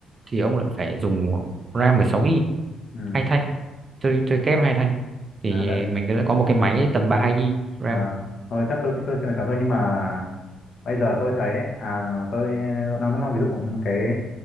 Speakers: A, on the right; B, on the left.
A: thì ông lại phải dùng RAM 16 GB
B: ừ.
A: hai thanh chơi chơi kép hai thanh thì
B: à, đấy
A: mình sẽ có một cái máy tầm 32 GB RAM
B: À, thôi chắc tôi nghĩ tôi chưa nói thôi nhưng mà bây giờ tôi thấy à tôi đang nói ví dụ cái